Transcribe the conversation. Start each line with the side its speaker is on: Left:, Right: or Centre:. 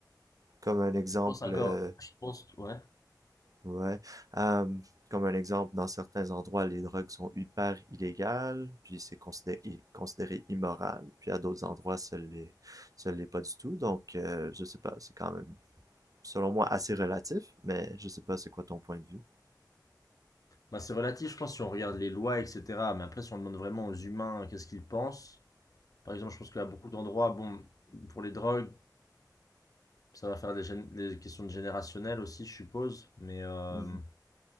Right: Comme un exemple,
Left: Je pense encore,
Right: euh,
Left: je pense, ouais.
Right: Ouais. Euh, comme un exemple, dans certains endroits, les drogues sont hyper illégales, puis c'est considéré, i- considéré immoral, puis à d'autres endroits, ça l'est, ça l'est pas du tout. Donc, euh, je sais pas, c'est quand même, selon moi, assez relatif, mais je sais pas c'est quoi ton point de vue.
Left: bah, c'est relatif, je pense, si on regarde les lois, etc. Mais après, si on demande vraiment aux humains euh, qu'est-ce qu'ils pensent, par exemple, je pense qu'à beaucoup d'endroits, bon, pour les drogues, ça va faire des, gén- des questions de générationnel aussi, je suppose. Mais euh,
Right: Mhm.